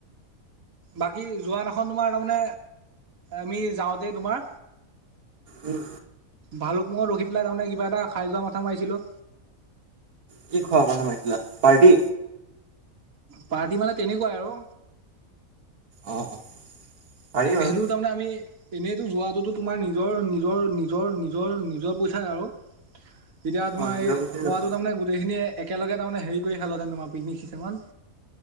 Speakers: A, on the right; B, on the right.
A: বাকী যোৱান এখন তোমাৰ তাৰমানে আমি যাওঁতেই তোমাৰ।
B: উম,
A: ভালুক মঙত ৰখি পেলাই তাৰমানে কিবা এটা খাই যোৱা মাথা মাৰিছিলোঁ।
B: কি খোৱা কথা মাৰিছিলা পাৰ্টি।
A: পাৰ্টি মানে তেনেকুৱাই আৰু।
B: অ', অ', পাৰি
A: সেইটো
B: বাৰু
A: তাৰমানে আমি। এনেইতো যোৱাটো তোমাৰ নিজৰ নিজৰ নিজৰ নিজৰ নিজৰ পইচাই আৰু। তেতিয়া তোমাৰ
B: অ', নিৰৱ
A: এই
B: গুচিয়ে
A: খোৱাদটো
B: যাব
A: তাৰমানে গোটেইখিনিয়ে একেলগে তাৰ মানে হেৰি কৰি খালোহেতেন তোমাৰ পিকনিক চিচনত।